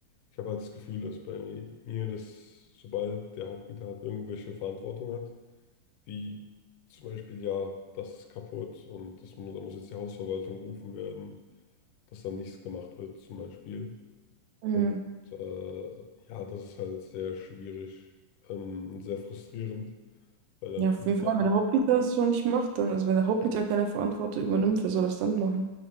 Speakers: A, on the left; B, on the right.
A: ich habe halt das Gefühl, dass bei mir, dass sobald der Hauptmieter halt irgendwelche Verantwortung hat, wie zum Beispiel, ja, das ist kaputt und das, mu- da muss jetzt die Hausverwaltung gerufen werden, dass dann nichts gemacht wird zum Beispiel.
B: mh,
A: Und äh, ja, das ist halt sehr schwierig ähm, und sehr frustrierend, weil dann
B: ja,
A: viele
B: auf jeden
A: Sachen,
B: Fall, wenn der Hauptmieter das schon nicht macht, dann, also wenn der Hauptmieter keine Verantwortung übernimmt, wer soll das dann machen?